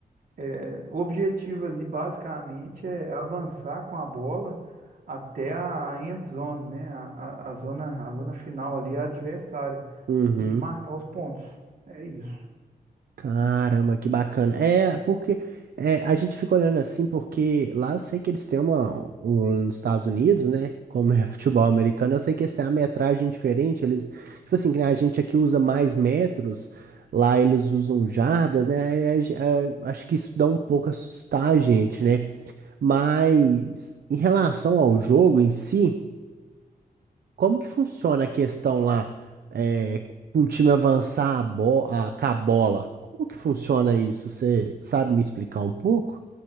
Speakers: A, on the right; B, on the right.
A: É, o objetivo ali, basicamente, é avançar com a bola até a end zone, né? A, a, a zona, a zona final ali, a adversária,
B: Uhum.
A: e marcar os pontos. É isso.
B: Caramba, que bacana. É, porque é, a gente fica olhando assim, porque lá eu sei que eles têm uma. o- Nos Estados Unidos, né? Como é <laughs> futebol americano, eu sei que eles têm uma metragem diferente. Eles, tipo assim, que nem a gente aqui usa mais metros, lá eles usam jardas, né? aí a ge- a- acho que isso dá um pouco assustar a gente, né? Mas em relação ao jogo em si. Como que funciona a questão lá, é, um time avançar a, bo a, com a bola? Como que funciona isso? Você sabe me explicar um pouco?